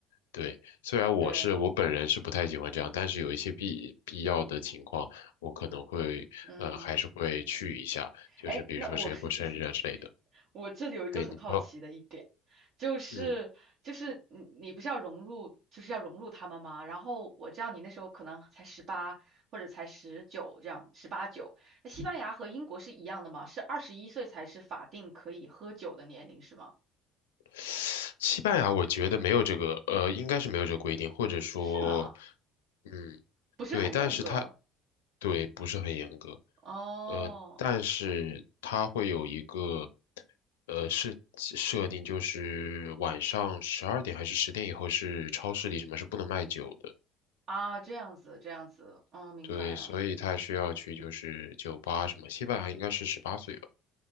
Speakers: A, on the left; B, on the right.
A: 对，虽然我是我本人是不太喜欢这样，
B: 对，
A: 但是有一些必必要的情况，我可能会，
B: 嗯，
A: 呃，还是会去一下。就是比如说谁过生日啊之类的。
B: 哎，那我 <laughs> 我这里有一个很好奇的一点，
A: 对，你说，
B: 就是就是你你不是要融入，
A: 嗯，
B: 就是要融入他们吗？然后我知道你那时候可能才十八或者才十九这样，十八九。那西班牙和英国是一样的吗？是二十一岁才是法定可以喝酒的年龄是吗？
A: 西班牙我觉得没有这个，呃，应该是没有这个规定，或者说，
B: 是啊，
A: 嗯，
B: 不是很严格
A: 对，但是它对不是很严格，
B: 哦。
A: 呃，但是它会有一个，呃，是设定就是晚上十二点还是十点以后是超市里什么是不能卖酒的，
B: 啊，这样子，这样子，嗯，明白了。
A: 对，所以他需要去就是酒吧什么，西班牙应该是十八岁吧，